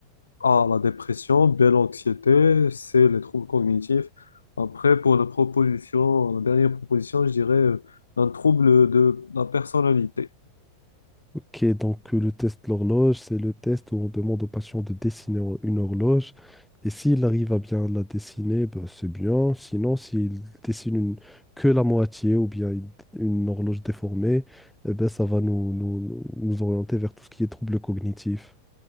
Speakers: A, on the left; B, in the centre.
A: A, la dépression, B, l'anxiété, C, les troubles cognitifs. Après, pour la proposition, la dernière proposition, je dirais euh, un trouble de la personnalité.
B: Ok, donc euh, le test de l'horloge, c'est le test où on demande au patient de dessiner hor- une horloge. Et s'il arrive à bien la dessiner, ben, c'est bien. Sinon, s'il dessine une- que la moitié ou bien une, une horloge déformée, eh ben, ça va nous, nous- nous orienter vers tout ce qui est troubles cognitifs.